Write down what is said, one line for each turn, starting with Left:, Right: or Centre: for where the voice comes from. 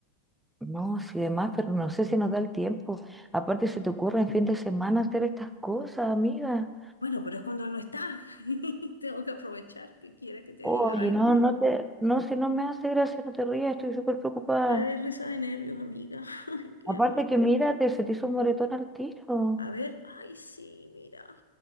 Centre: No, sí, demás, pero no sé si nos da el tiempo. Aparte, se te ocurre en fin de semana hacer estas cosas, amiga.
Left: Bueno, pero es cuando él no está. <laughs> Tengo que aprovechar. ¿Qué quiere que te
Centre: Oye,
Left: diga? Ay,
Centre: no,
Left: no.
Centre: no te, no, si no me hace gracia, no te rías, estoy súper preocupada.
Left: Eh, risa de nervios, amiga. <laughs> Ay, ¿Qué
Centre: Aparte
Left: hago?
Centre: que mírate, se te hizo un moretón al tiro.
Left: A ver, ay, sí, mira.